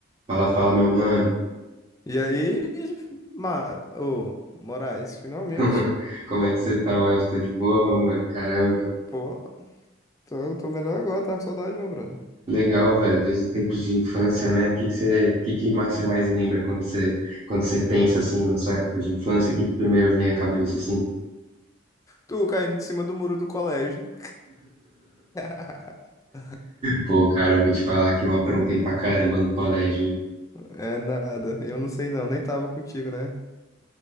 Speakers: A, on the right; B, on the left.
A: Fala, fala, meu mano.
B: E aí, Mar... ô, Moraes, finalmente.
A: <laughs> Como é que você tá, Wells? Tudo de boa, meu mano? Caramba.
B: Pô, tô, tô melhor agora, tá com saudade, meu brother.
A: Legal, velho. Desde os tempos de infância, né? O que que você, que que mais- você mais lembra quando você, quando você pensa assim na sua época de infância? O que que primeiro vem à cabeça assim?
B: Tu caindo em cima do muro do colégio. <laughs>
A: Pô, cara, eu vou te falar que eu aprontei pra caramba no colégio, hein?
B: É nada, eu não sei não, nem tava contigo, né?